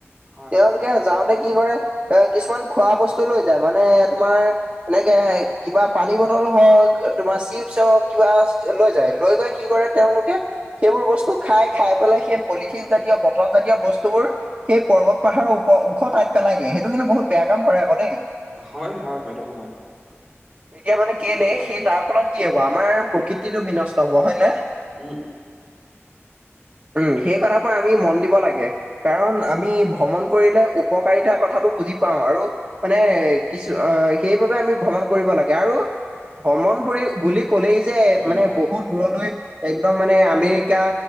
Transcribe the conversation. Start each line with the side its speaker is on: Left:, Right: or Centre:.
Centre: হয়
Right: তেওঁলোকে
Centre: হয়
Right: যাওঁতে কি কৰে। এ কিছুমান খোৱা বস্তু লৈ যায় মানে তোমাৰ এনেকে কিবা। পানী বটল হওক তোমাৰ চিপচ হওক কিবা লৈ যায় লৈ গৈ কি কৰে তেওঁলোকে। সেইবোৰ বস্তু খাই খাই পেলাই সেই পলিথিন জাতীয় বটল জাতীয় বস্তুবোৰ। সেই পৰ্বত পাহাৰৰওপ ওখ ঠাইত পেলাই দিয়ে সেইটো কিন্তু বহুত বেয়া কাম কৰে আকৌ দেই।
Centre: হয় হয় সেইটো হয়।
Right: এতিয়া মানে কেলেই সেই তাৰ ফলত কি হব আমাৰ প্ৰকৃতিটো বিনষ্ট হব হয় না।
Centre: উম।
Right: উম সেই কথাবোৰ আমি মন দিব লাগে। কাৰণ আমি ভ্ৰমণ কৰিলে উপকাৰিতা কথাটো বুজি পাওঁ আৰু। মানে কিছু আহ সেইবাবে আমি ভ্ৰমণ কৰিব লাগে। আৰু ভ্ৰমণ বুলি বুলি কলেই যে
Centre: উম,
Right: মানে
Centre: হয়,
Right: বহুত দূৰলৈ। একদম মানে আমেৰিকা।